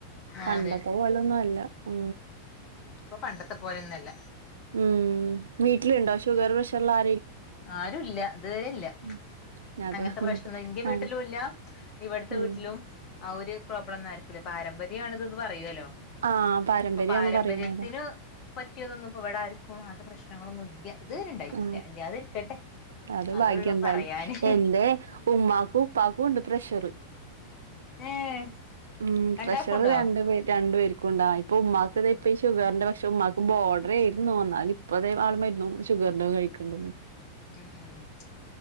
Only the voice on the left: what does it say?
അതെ
ഇപ്പൊ പണ്ടത്തെ പോലൊന്നല്ല.
ആരുല്ല ഇതുവരെല്ല
അങ്ങനത്തെ പ്രശ്നം ഉന്റെ
വീട്ടിലുല്ല. ഇവിടത്തെ
വീട്ടിലും ആ ഒരു പ്രോബ്ലംന്നും ആർക്കുല്ല പാരമ്പര്യ ണ് ഇതെന്ന് പറയോല്ലോ?
അപ്പൊ പാരമ്പര്യത്തിന്
പറ്റിയതൊന്നും ഇപ്പോ ഇവിട ആര്ക്കും. <unintelligible> അങ്ങനത്തെ പ്രശ്നങ്ങളൊന്നും ഇല്ല ഇത് വരെ ഇണ്ടായിട്ടില്ല
ഇല്ലാതിരിക്കട്ടെ
അതൊള്ളൂ
പറയാന്
ഏഹ്
രണ്ടാക്കുണ്ടോ
ഉം ഉം ഉ